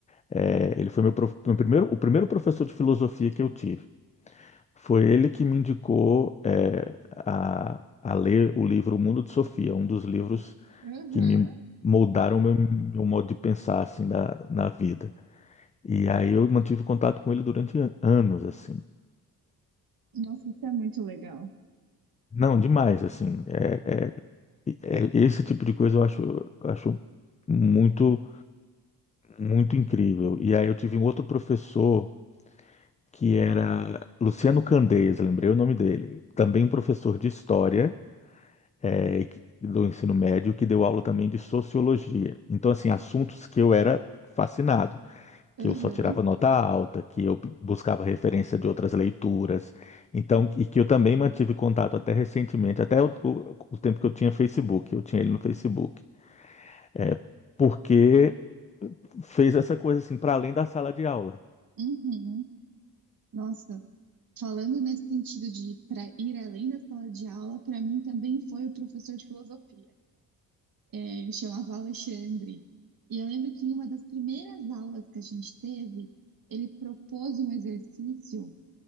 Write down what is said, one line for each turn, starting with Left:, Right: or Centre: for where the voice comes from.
Left: É, ele foi meu, prof- meu primeiro, o primeiro professor de filosofia que eu tive. Foi ele que me indicou, é, a, a ler o livro O Mundo de Sofia, um dos livros
Right: Uhum.
Left: que me moldaram meu, meu modo de pensar, assim, na, na vida. E aí eu mantive contato com ele durante an- anos, assim.
Right: Nossa, isso é muito legal.
Left: Não, demais, assim. É, é- é- esse tipo de coisa eu acho, eu acho muito, muito incrível. E aí eu tive um outro professor que era Luciano Candeias, lembrei o nome dele. Também professor de história, é, e que- do ensino médio, que deu aula também de sociologia. Então, assim, assuntos que eu era fascinado.
Right: Uhum.
Left: que eu só tirava nota alta, que eu buscava referência de outras leituras, então, e que eu também mantive contato até recentemente, até o, o- o tempo que eu tinha Facebook, eu tinha ele no Facebook, é, porque fez essa coisa assim para além da sala de aula.
Right: Uhum. Nossa, falando nesse sentido de para ir além da sala de aula, para mim também foi o professor de filosofia. É, Ele chamava Alexandre. E eu lembro que em uma das primeiras aulas que a gente teve, ele propôs um exercício